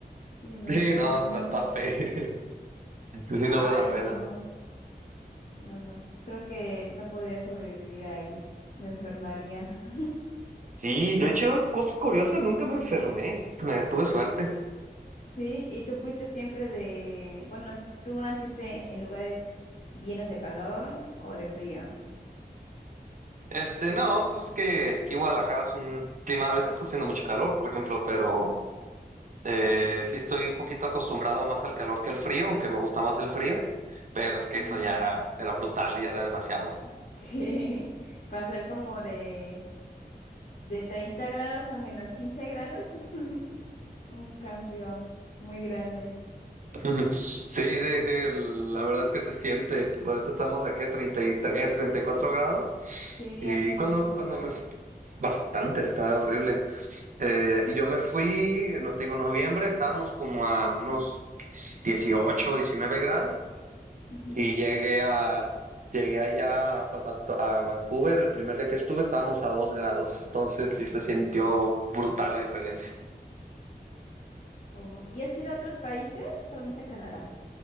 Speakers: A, on the left (about 55°); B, on the right (about 50°).
A: Me imagino.
B: Sí, no, está, está feo. Sí,
A: Ay,
B: no vale la pena.
A: no. No, no. Creo que no podría sobrevivir ahí. Me enfermaría.
B: Sí,
A: <laughs>
B: yo
A: Oye,
B: he hecho cosas curiosas, nunca me enfermé, me tuve suerte.
A: sí, y tú fuiste siempre de... Bueno, ¿tú naciste en lugares llenos de calor o de frío?
B: Este, no, pues que, que Guadalajara es un clima, ahorita está haciendo mucho calor, por ejemplo, pero eh, sí estoy un poquito acostumbrado más al calor que al frío, aunque me gusta más el frío, pero es que
A: Ujú.
B: eso ya era, era brutal, ya era demasiado.
A: Sí, Sí, <laughs> pasar como de, de 30 grados a menos 15 grados, <laughs> un cambio muy grande.
B: <laughs> Sí, sí, sí, el- la verdad es que se siente, ahorita estamos aquí a 33, 34 grados
A: Sí,
B: y
A: hace muchísimo
B: cuando, cuando
A: calor.
B: me... Bastante, está horrible. Eh, y yo me fui, no te digo, noviembre, estábamos como a unos 18 19 grados
A: Ujú.
B: y llegué a, llegué allá a, a Vancouver, el primer día que estuve estábamos a 2 grados, entonces sí se sintió brutal la diferencia.
A: Oh, ¿y has ido a otros países? Solamente a Canadá.